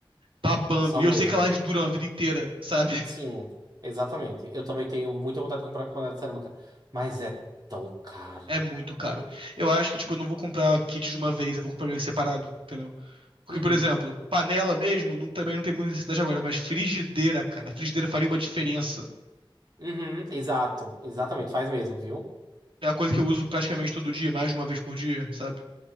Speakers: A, on the right (about 75°); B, on the right (about 45°).
A: babando.
B: São
A: E eu
B: mesmo.
A: sei que elas duram a vida inteira, sabe? <laughs>
B: Sim, exatamente. Eu também tenho muita vontade de comprar panela de cerâmica. Mas é tão caro.
A: É muito caro. Eu acho que, tipo, eu não vou comprar kit de uma vez, eu vou comprar meio que separado, entendeu? Porque,
B: Uhum.
A: por exemplo, panela mesmo não- também não tem muita necessidade agora, mas frigideira, cara, frigideira faria uma diferença.
B: Uhum. Exato. Exatamente. Faz mesmo, viu?
A: É uma coisa que eu uso praticamente todo dia, mais de uma vez por dia, sabe?